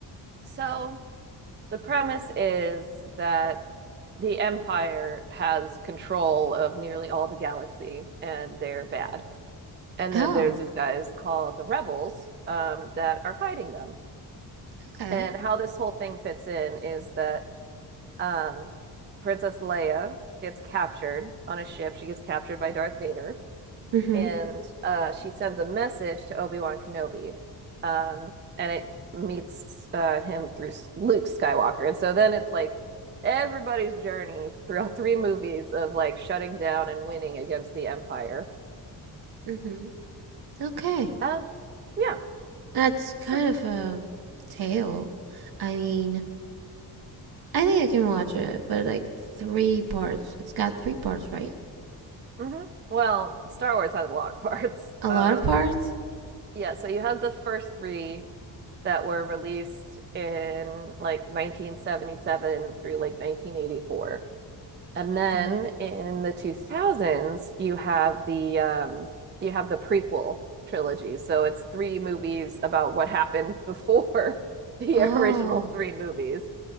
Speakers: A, on the right (about 25°); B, on the right (about 65°).
A: So the premise is that the Empire has control of nearly all the galaxy, and they're bad. And
B: Oh,
A: then there's these guys called the rebels um, that are fighting them.
B: okay.
A: And how this whole thing fits in is that um, Princess Leia gets captured on a ship. She gets captured by Darth Vader,
B: Mhm.
A: and uh, she sends a message to Obi Wan Kenobi, um, and it meets uh, him through Luke Skywalker. And so then it's like everybody's journey throughout three movies of like shutting down and winning against the Empire.
B: Mhm. Okay.
A: Um, yeah,
B: That's kind
A: so
B: of a tale. I mean, I think I can watch it, but like three parts. It's got three parts, right?
A: hmm Well, Star Wars has a lot of <laughs> parts.
B: A
A: Um,
B: lot of parts?
A: yeah, so you have the first three that were released in like 1977 through like 1984. And
B: Okay.
A: then in the 2000s, you have the um, you have the prequel trilogy. So it's three movies about what happened before <laughs> the
B: Oh.
A: original three movies.